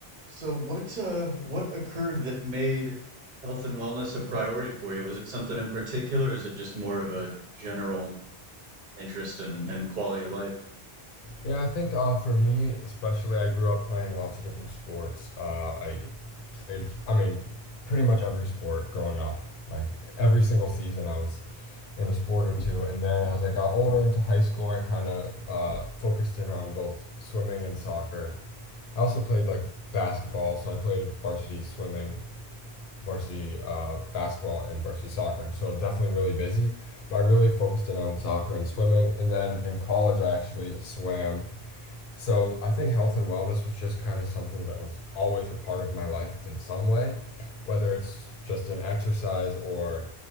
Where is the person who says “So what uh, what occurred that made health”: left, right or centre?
Right